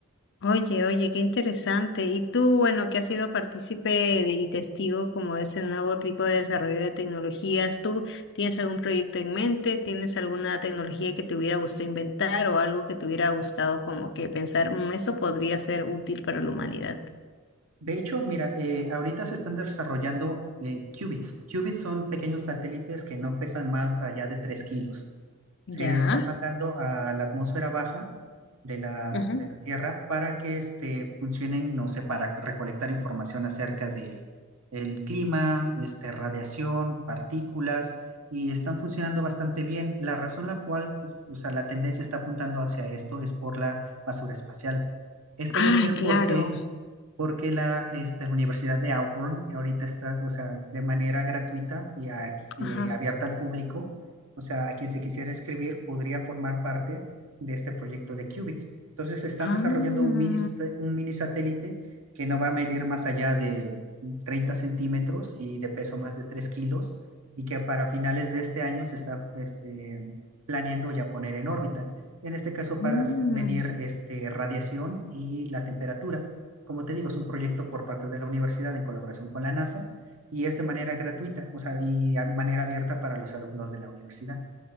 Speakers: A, on the left; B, on the right.
A: Oye, oye, qué interesante. Y tú, bueno, que has sido partícipe de- y testigo como de ese nuevo tipo de desarrollo de tecnologías, ¿tú tienes algún proyecto en mente? ¿Tienes alguna tecnología que te hubiera gustado inventar o algo que te hubiera gustado como que pensar, "Mm, eso podría ser útil para la humanidad?
B: De hecho, mira, eh, ahorita se están desarrollando eh, qubits. Qubits son pequeños satélites que no pesan más allá de 3 kilos. Se
A: Ya.
B: están mandando a la atmósfera baja de la,
A: Ujú.
B: de la Tierra para que este, funcionen, no sé, para recolectar información acerca de el clima, este, radiación, partículas, y están funcionando bastante bien. La razón la cual, o sea, la tendencia está apuntando hacia esto es por la basura espacial. Esto
A: Ay,
B: lo sé porque
A: claro.
B: porque la, este, la Universidad de Auburn ahorita está, o sea, de manera gratuita y, a- y
A: Ajá.
B: abierta al público, o sea, a quien se quisiera inscribir podría formar parte de este proyecto de qubits. Entonces, están
A: Ah,
B: desarrollando un mini, un mini satélite que no va a medir más allá de 30 centímetros y de peso más de 3 kilos, y que para finales de este año se está este, planeando ya poner en órbita. En este caso, para
A: mm.
B: medir este, radiación y la temperatura. Como te digo, es un proyecto por parte de la universidad en colaboración con la NASA y es de manera gratuita, o sea, y de manera abierta para los alumnos de la universidad.